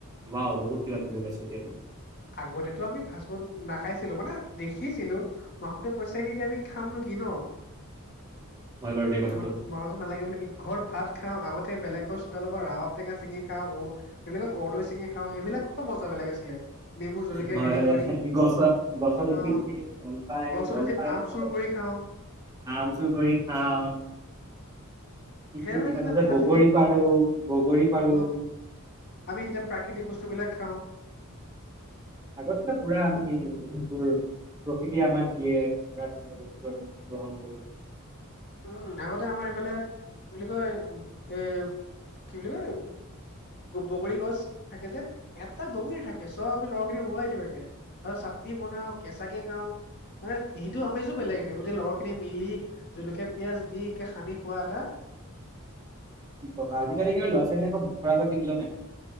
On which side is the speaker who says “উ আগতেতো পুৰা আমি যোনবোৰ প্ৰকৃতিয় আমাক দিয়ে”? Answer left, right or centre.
Right